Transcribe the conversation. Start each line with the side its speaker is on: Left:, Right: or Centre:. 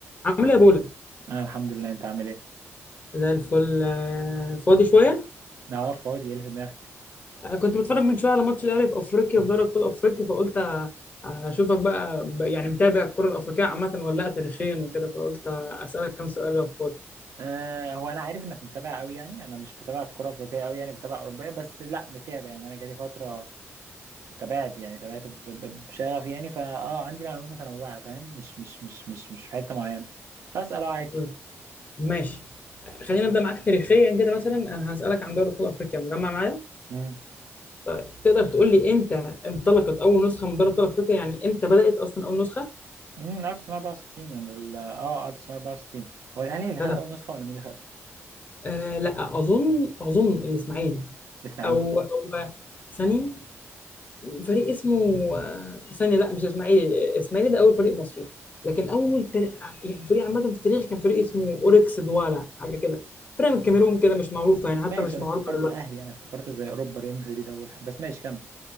Left: عامل ايه يا بولا
Right: انا الحمد لله انت عامل ايه
Left: زي الفل آه، فاضي شويه
Right: نعرف هو ايه اللي في دماغك
Left: آه، كنت بتفرج من شويه على ماتش الاهلي في افريقيا في دوري ابطال افريقيا فقلت آه، اشوفك بقى ب- يعني متابع الكره الافريقيه عامه ولا لا تاريخيا وكده فقلت آه، اسالك كام سؤال لو فاضي
Right: آه هو انا عارف انك متابع قوي يعني انا مش بتابع الكره الافريقيه قوي يعني بتابع اوروبيه بس لا متابع يعني انا جالي فتره تابعت يعني تابعت ب- ب- بشغف يعني فا اه عندي معلومات متنوعه فاهم مش مش مش مش مش في حته معينه فاسال اه عادي
Left: طيب، ماشي آه، خلينا نبدا معاك تاريخيا كده مثلا انا هسالك عن دوري ابطال افريقيا مجمع معايا
Right: امم
Left: طيب تقدر تقول لي امتى انطلقت اول نسخه من دوري ابطال افريقيا يعني امتى بدات اصلا اول نسخه
Right: امم 1964 أنا ال- اه 1964 هو الاهلي اللي خد
Left: كده
Right: اول نسخه ولا مين اللي خدها
Left: أه لا اظن اظن الاسماعيلي
Right: الاسماعيلي
Left: او او ثانيه فريق اسمه آه، ثانيه لا مش اسماعيلي اسماعيلي ده اول فريق مصري لكن اول تر... يعني فريق عامه في التاريخ كان فريق اسمه اوركس دوالا حاجه كده فريق من الكاميرون كده مش معروفه يعني حتى
Right: ماشي
Left: مش
Right: انا
Left: معروفه
Right: افتكرت
Left: دلوقتي
Right: الاهلي يعني افتكرت زي اوروبا ريال مدريد اول حاجه بس ماشي كمل